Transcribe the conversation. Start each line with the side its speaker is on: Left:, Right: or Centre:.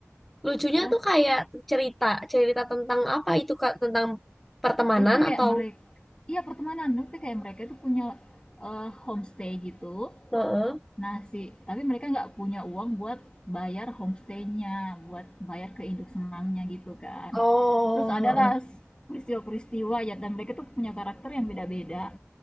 Centre: Lucunya
Left: Wah,
Centre: tuh kayak cerita, cerita tentang apa itu, Kak? Tentang pertemanan
Left: Itu kayak
Centre: atau
Left: mereka, iya pertemanan, itu kayak mereka itu punya eh, homestay gitu.
Centre: Heeh.
Left: Nah, si tapi mereka nggak punya uang buat bayar homestaynya, buat bayar ke induk semangnya gitu kan.
Centre: Oh,
Left: Terus adalah
Centre: heeh.
Left: s- peristiwa-peristiwa ya dan mereka tuh punya karakter yang beda-beda